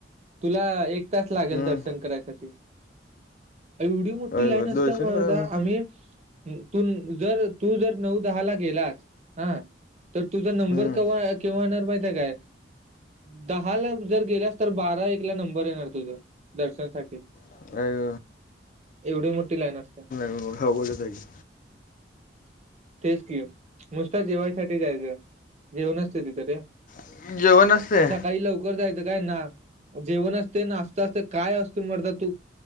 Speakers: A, on the right; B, on the left.
A: तुला एक तास लागेल
B: हं,
A: दर्शन करायसाठी, एवढी मो
B: अय
A: टी लाईन
B: गं,
A: असत्यां
B: दर्शन
A: मर्दा
B: करा मग
A: आम्ही तू जर तू जर नऊ दहाला गेलास हा तर तुझा नंबर
B: हं,
A: कवा-केव्हा येणार माहिती आहे काय? दहा ला जर गेलास, तर बारा एकला नंबर येणार तुझा दर्शनसाठी
B: <unintelligible>
A: एवढी मोठी लाईन अस
B: हो अवघडच आहे की.
A: तेच की नुसता जेवायसाठी जायचं. जेवण असत तिथ रे
B: की. जेवण असते
A: सकाळी लव कर जायचं काय, नां जेवण असतय नाश्ता असतय काय असतय मर्दा तू.